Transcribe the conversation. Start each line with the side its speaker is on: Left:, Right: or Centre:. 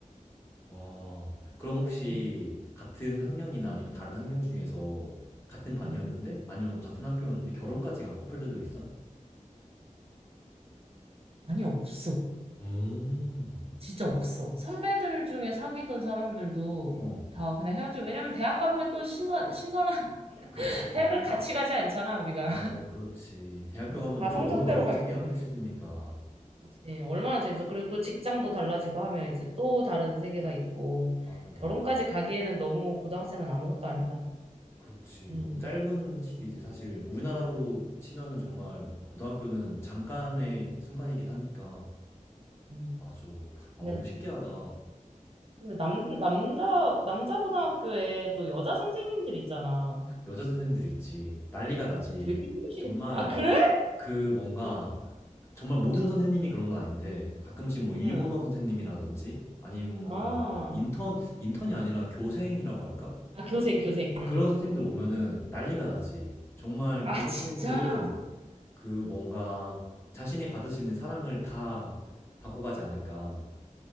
Left: 와. 그럼 혹시
Right: 응,
Left: 같은 학년이나 아니면 다른 학년 중에서 같은 반이었는데
Right: 응.
Left: 아니면 뭐 같은 학교였는데 결혼까지 간 커플들도 있어?
Right: 아니, 없어.
Left: 음.
Right: 진짜 없어. 선배들 중에 사귀던 사람들도
Left: 어.
Right: 다 그냥 헤어지고, 왜냐면 대학 가면 또 신선, 신선한, <laughs>
Left: 그치.
Right: 대학을 같이 가지 않잖아, 우리가.
Left: 맞아. 그렇지. 대학교
Right: 응.
Left: 가면
Right: 다
Left: 또
Right: 성적대로
Left: 너무 넓은
Right: 가기
Left: 세계가
Right: 때문에.
Left: 펼쳐지니까.
Right: 그치. 얼마나 재밌어. 그리고 또 직장도 달라지고 하면 이제 또 다른 세계가 있고,
Left: 맞아, 맞아.
Right: 결혼까지 가기에는 너무 고등학생은 아무것도 아니다.
Left: 그렇지.
Right: 음.
Left: 너무 짧은 시기지. 사실 우리나라로
Right: 음,
Left: 치면은 정말 고등학교는 잠깐의 순간이긴 하니까.
Right: 음.
Left: 맞아. 아,
Right: 근데,
Left: 너무 신기하다.
Right: 근데 남, 남자, 남자 고등학교에 또 여자 선생님들 있잖아.
Left: 여자 선생님들 있지. 난리가 나지.
Right: 되게 힘드시겠다.
Left: 정말
Right: 아, 그래?
Left: 그 뭔가 정말 모든 선생님이 그런 건 아닌데 가끔씩 뭐 일본어
Right: 응.
Left: 선생님이라든지 아니면 뭐
Right: 아,
Left: 뭐, 인턴 인턴이 아니라 교생이라고 할까?
Right: 아, 교생, 교생. 응.
Left: 그런 선생님들 오면은 난리가 나지. 정말
Right: 아,
Left: 그 선생님들은
Right: 진짜? 아,
Left: 그 뭔가 자신이 받을 수 있는 사랑을 다 받고 가지 않을까.